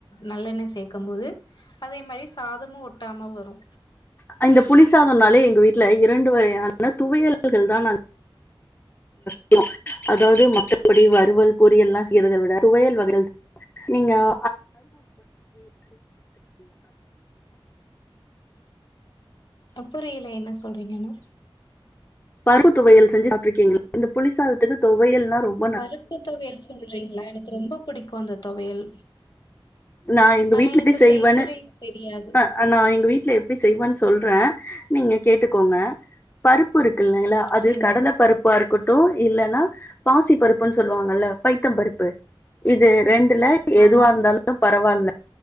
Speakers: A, on the left; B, on the left.
A: நல்லெண்ண சேக்கம் போது அதே மாரி சாதமு ஒட்டாம வரு
B: அ இந்த புளிசாதன்னாலே எங்க வீட்ல இரண்டு வகையான துவையல்கள் தா நா <inaudible> அதாவ்து மத்தப் பொடி வறுவல் பொறியெல்லா செய்றத விட துவயல் வகைகள் நீங்க <inaudible>
A: புரியல என்ன சொல்றீங்கனு
B: பருப்பு துவையல் செஞ்சு சாப்ட்ருக்கீங் இந்த புளிசாதத்துக்கு தொவையல்னா ரொம்
A: பருப்பு தொவையல் சொல்றீங்ளா எனக்கு ரொம்ப புடிக்கு அந்த தொவையல்
B: நான் எங்க
A: ஆனா
B: வீட்ல
A: எனக்கு
B: எப்படி செய்வேன்னு
A: செய்முறை தெரியாது
B: அ நா எங்க வீட்ல எப்டி செய்வோன் சொல்ற நீங்க கேட்டுக்கோங்க பருப்பு இருக்குல்லங்களா அது
A: சேரிங்க
B: கடல பருப்பா இருக்கட்டும் இல்லன்னா பாசி பருப்புன் சொல்வாங்கல்ல பைத்தம் பருப்பு இது ரெண்டுல எதுவா
A: ஆமா
B: இருந்தாலும் பரவால்ல